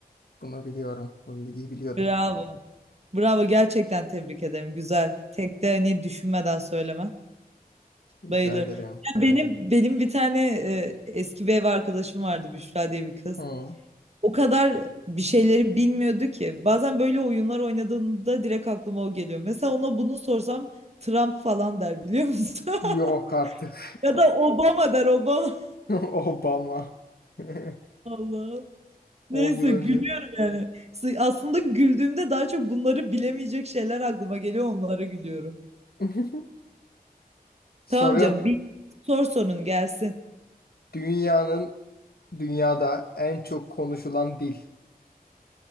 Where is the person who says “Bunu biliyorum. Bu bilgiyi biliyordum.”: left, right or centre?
Left